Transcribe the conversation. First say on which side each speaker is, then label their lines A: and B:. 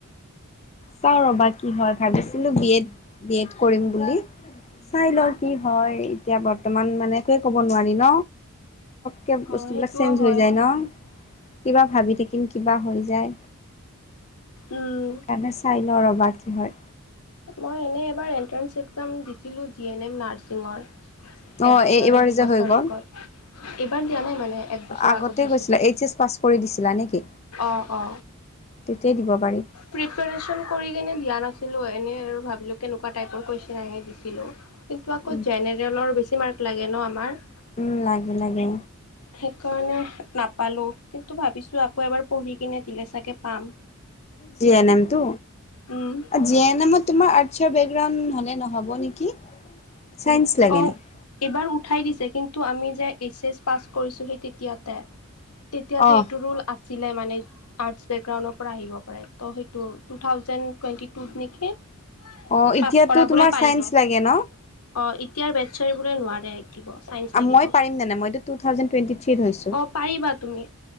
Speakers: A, on the left; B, on the left.
A: চাও ৰবা কি হয় ভাবিছিলো বি এড, বি এড কৰিম বুলি। চাই ল কি হয় এতিয়া বৰ্তমান মানে একোৱেই কব নোৱাৰি ন। কেব
B: অ'
A: বস্তুবিলাক
B: সেইটোও
A: চেঞ্জ
B: হয়।
A: হৈ যায় ন। কিবা ভাবি থাকিম কিবা হৈ যায়
B: উম,
A: সেইকাৰণে ল ৰ'বা কি হয়
B: মই এনেই এবাৰ এন্ট্ৰেঞ্চ এক্সাম দিছিলোঁ জি এন এম নাৰ্ছিঙৰ।
A: অ
B: এবছৰে
A: এই এইবাৰ
B: দুবছৰে
A: যে হৈ গ'ল
B: আগত। এইবাৰ দিয়া নাই মানে একবছৰ
A: আগতে
B: আগত দিছিলোঁ।
A: গৈছিলা এইচ এছ পাছ কৰি দিছিলা নেকি
B: অ অ
A: তেতিয়াই দিব পাৰি।
B: প্ৰিপেৰেছন কৰি কিনে দিয়া নাছিলোঁ এনেই আৰু ভাবিলোঁ কেনেকুৱা টাইপৰ কুৱেশচন আহে দিছিলোঁ। কিন্তু আকৌ
A: উম
B: জেনেৰেলৰ বেছি মাৰ্ক লাগে ন আমাৰ
A: উম লাগে লাগে।
B: সেইকাৰণে নাপালোঁ কিন্তু ভাবিছোঁ আকৌ এবাৰ পঢ়ি কিনে দিলে চাগে পাম <unintelligible>
A: জি এন এম টো
B: উম,
A: জি এন এমত তোমাৰ আৰ্টছৰ ব্ৰেক গ্ৰাউণ্ড হলে নহব, হ'ব নেকি চাইন্ঞ্চ লাগে
B: অ',
A: নেকি?
B: এইবাৰ উঠাই দিছে কিন্তু আমি যে এইচ এছ পাছ কৰিছোঁ সেই তেতিয়াতে তেতিয়াতে
A: অ
B: এইটো ৰোল আছিলে মানে আৰ্টছ বেকগ্ৰাউণ্ডৰ পৰা আহিব পাৰে ত' সেইটো টু থাউজেণ্ড টুৱেণ্টি টুত নেকি
A: অ
B: পাছ
A: এতিয়াতো
B: কৰাবোৰে
A: তোমাৰ
B: অ এতিয়া
A: চাইন্স লাগে ন
B: বাটচা বোৰে নোৱাৰে চাইন্স লাগিব
A: মই
B: অ
A: পাৰিম নে নাই মইতো টু থাউজেণ্ড টুৱেণ্টি থ্ৰীত হৈছোঁ
B: পাৰিবা তুমি